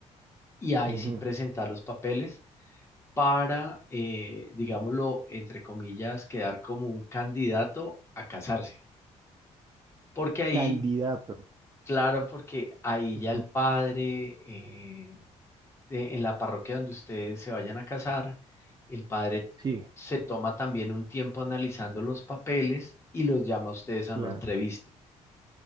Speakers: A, on the left; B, on the right.
A: y ahí
B: Ujú.
A: sí presentar los papeles para, eh, digámoslo, entre comillas, quedar como un candidato a casarse. Porque ahí
B: Candidato.
A: Claro, porque ahí
B: Ujú.
A: ya el padre, eh, de- en la parroquia donde ustedes se vayan a casar, el padre
B: Sí,
A: se toma también un tiempo analizando los papeles y los llama a ustedes a una
B: claro.
A: entrevista.